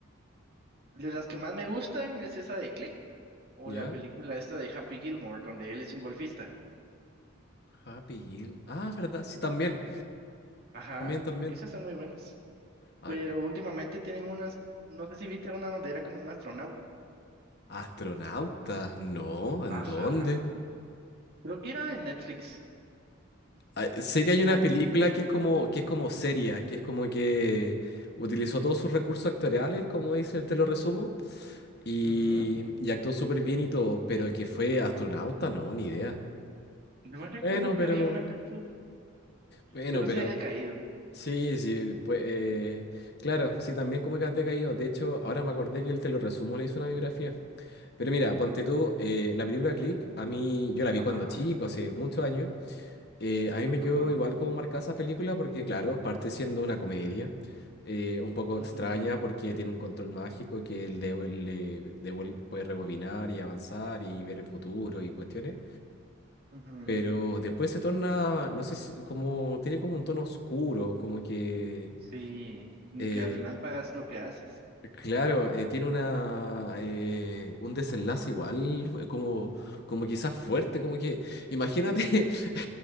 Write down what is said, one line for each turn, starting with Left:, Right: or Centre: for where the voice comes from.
Right: De las que más me gustan es esa de Click o
Left: ¿Ya?
Right: la película esta de Happy Gilmore, donde él es un golfista.
Left: Happy Gilmore. Ah, verdad, sí, también.
Right: Ajá,
Left: También, también.
Right: esas son muy buenas.
Left: Ah,
Right: Pero últimamente tienen unas, no sé si viste una donde era como un astronauta.
Left: Astronauta, no, ¿en
Right: Ajá,
Left: dónde?
Right: creo que era de Netflix.
Left: Ah, sé que hay una
Right: Oh,
Left: película que es como, que es como seria, que es como que utilizó todos sus recursos actoriales, como dice el te lo resumo, y,
Right: ujú.
Left: y actuó súper bien y todo, pero que fue astronauta, no, ni idea.
Right: No me recuerdo
Left: Bueno,
Right: que
Left: pero,
Right: había una película,
Left: bueno,
Right: pero
Left: pero,
Right: sí había caído.
Left: sí, sí, pues, eh, claro, sí, también como que has decaído. De hecho, ahora me acordé que el te lo resumo le hizo una biografía. Pero mira, ponte tú, eh, la película Click, a mí, yo la vi
Right: Ajá,
Left: cuando chico, hace muchos años. Eh, a mí me
Right: ajá,
Left: quedó igual como marcada esa película porque, claro, parte siendo una comedia eh, un poco
Right: ujú,
Left: extraña porque tiene un control mágico que él devu- le devuel- puede rebobinar y avanzar y ver el futuro y cuestiones.
Right: ujú.
Left: Pero después se torna, no sé si, como, tiene como un tono oscuro, como que
Right: Sí, como
Left: eh,
Right: que al final pagas lo que haces.
Left: Claro, eh, tiene una eh, un desenlace igual, fue como, como quizás fuerte, como que, imagínate, <laughs>